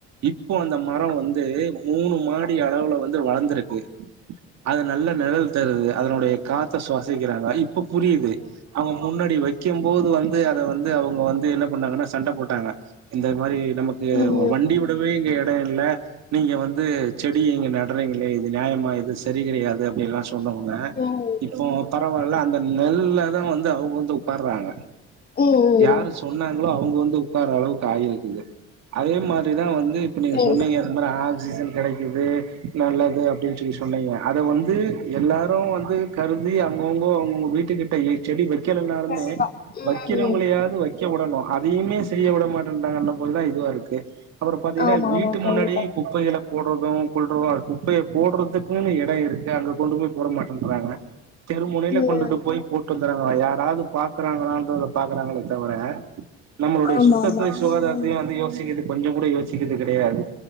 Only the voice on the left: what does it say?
ம்
ம்
ம் ம்
சேரி
கண்டிப்பா ம்
ம்
ஆமா
ஆமா கண்டிப்பா
ம்
ஆமா
ஆமா
ம்